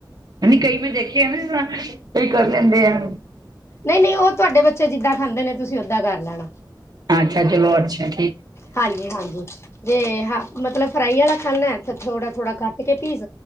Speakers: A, on the right; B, on the left.
A: ਕਈ ਮੈਂ ਦੇਖਿਆ ਨਾ ਕਈ ਕਰ ਲੈਂਦੇ ਆ।
B: ਨਹੀਂ-ਨਹੀਂ ਉਹ ਤੁਹਾਡੇ ਬੱਚੇ ਜਿੱਦਾਂ ਖਾਂਦੇ ਨੇ ਤੁਸੀਂ ਓਦਾਂ ਕਰ ਲੈਣਾ।
A: ਅੱਛਾ ਚਲੋ ਅੱਛਾ।
B: ਹਾਂਜੀ-ਹਾਂਜੀ, ਜੇ ਹ ਮਤਲਬ ਫਰਾਈ ਆਲਾ ਖਾਣਾ। ਥੋੜਾ-ਥੋੜ੍ਹਾ ਕੱਟ ਕੇ ਪੀਸ,